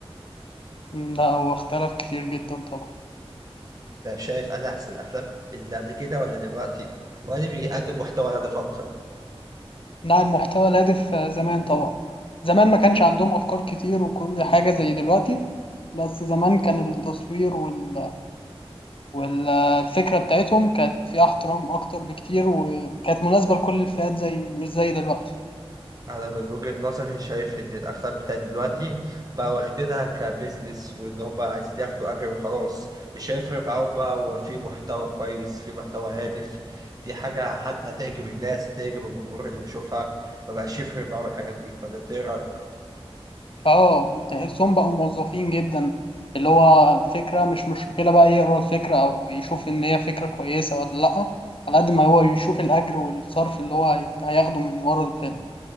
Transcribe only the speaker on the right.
انت شايف انا احسن الافلام اللي قبل كده ولا دلوقتي ولا بيقدم محتوى هدف اكتر
انا من وجهة نظري شايف ان الافلام بتاعت دلوقتي بقى واخدينها كبزنس وان هم عايزين ياخدوا اجر وخلاص مش هيفرق معاهم بقى هو في محتوى كويس في محتوى هادف دي حاجة حتى هتعجب الناس هتعجب الجمهور اللي بيشوفها مبقاش يفرق معاهم الحاجات دي ولا انت ايه رأيك؟